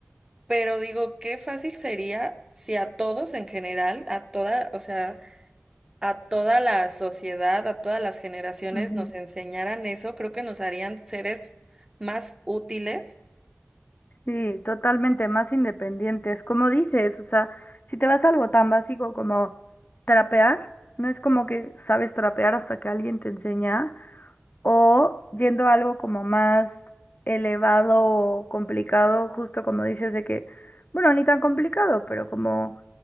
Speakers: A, on the right; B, on the left.
A: Pero digo, qué fácil sería si a todos en general, a toda, o sea, a toda la sociedad, a todas las generaciones
B: Ujú.
A: nos enseñaran eso, creo que nos harían seres más útiles.
B: Sí, totalmente más independientes. Como dices, o sea, si te vas a algo tan básico como trapear, no es como que sabes trapear hasta que alguien te enseña, o yendo a algo como más elevado o complicado, justo como dices de que, bueno, ni tan complicado, pero como